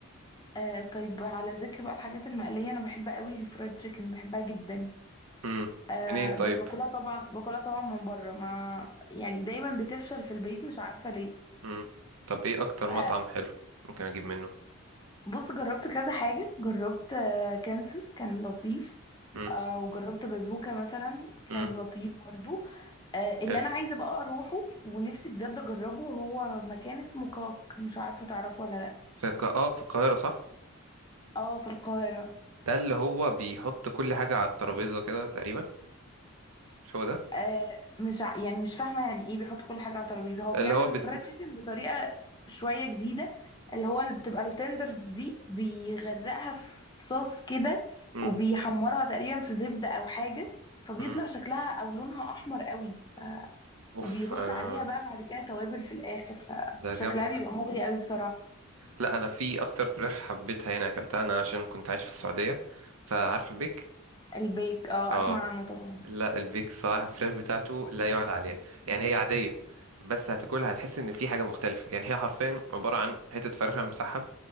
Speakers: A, on the left; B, on the right.
A: آه طيب على ذكر بقى الحاجات المقليه انا بحب قوي الفرايد تشيكن بحبها جدا
B: امم
A: آه
B: منين طيب
A: بس باكلها طبعا باكلها طبعا من بره ما يعني دايما بتفشل في البيت مش عارفه ليه
B: مم. طب ايه اكتر مطعم
A: آه،
B: حلو ممكن اجيب منه
A: بص جربت كذا حاجة جربت آه، كانسس كان لطيف
B: مم.
A: آه، وجربت بازوكا مثلا كان
B: مم.
A: لطيف برضو آه، اللي
B: حلو
A: انا عايزة بقى اروحه ونفسي بجد اجربه هو مكان اسمه كاك مش عارفة تعرفه ولا لا
B: في الق... اه في القاهرة صح
A: اه في القاهرة
B: ده اللي هو بيحط كل حاجة على الترابيزة كده تقريبا مش هو ده
A: آه مش ع- يعني مش فاهمه يعني ايه بيحط كل حاجه على ترابيزه هو بيعمل
B: اللي هو بت...
A: الفرايد تشيكن بطريقه شويه جديده اللي هو اللي بتبقى التندرز دي بيغرقها في صوص كده
B: مم.
A: وبيحمرها تقريبا في زبده او حاجه فبيطلع
B: مم.
A: شكلها او لونها احمر قوي ف...
B: اوف
A: وبيرش
B: انا
A: عليها بقى بعد كده توابل في الاخر
B: ده
A: فشكلها
B: جامد
A: بيبقى
B: ده.
A: مغري قوي بصراحه
B: لا انا في اكتر فراخ حبيتها هنا اكلتها انا عشان كنت عايش في السعودية فعارف البيك
A: البيك اه
B: اه
A: اسمع عنه طبعا
B: لا البيك صراحة الفراخ بتاعته لا يعلى عليها يعني هي عادية بس هتاكلها هتحس ان في حاجة مختلفة يعني هي حرفيا عبارة عن حتة فرخة مسحب